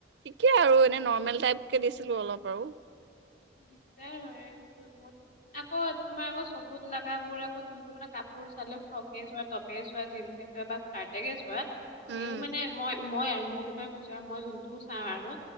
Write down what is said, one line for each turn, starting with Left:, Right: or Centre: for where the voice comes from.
Right: কি আৰু এনে নৰ্মেল টাইপকে দিছিলোঁ অলপ আৰু
Left: দিগদাৰ হয় এইবোৰ বহুত আকৌ তোমাৰ আকৌ চকুত লগাবোৰ আকৌ যোনটো মানে কাপোৰ চালে ফ্ৰকে চোৱা, টপে চোৱা, জিন্স চোৱা বা স্কাৰ্টকে চোৱা
Right: উম
Left: যিও মানে মই মই আৰু মোৰ বিষয়ে কৈছোঁ আৰু মই যোনটো চাওঁ আৰু